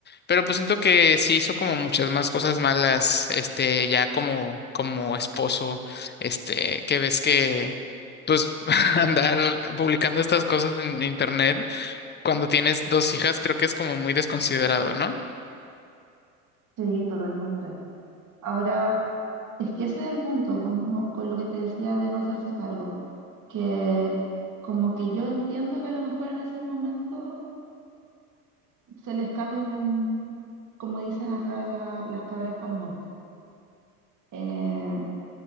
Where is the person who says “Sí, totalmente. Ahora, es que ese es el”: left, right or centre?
Right